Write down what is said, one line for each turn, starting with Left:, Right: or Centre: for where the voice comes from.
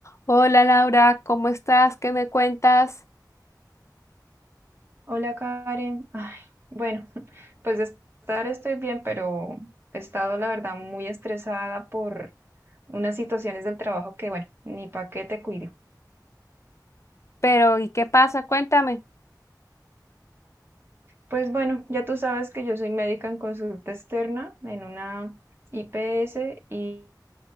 Left: Hola Laura, ¿cómo estás? ¿Qué me cuentas?
Right: Hola Karen. Ay, bueno, <laughs> pues de estar estoy bien, pero he estado la verdad muy estresada por unas situaciones del trabajo que, bueno, ni pa' qué te cuido.
Left: Pero, ¿y qué pasa? Cuéntame.
Right: Pues bueno, ya tú sabes que yo soy médica en consulta externa en una IPS y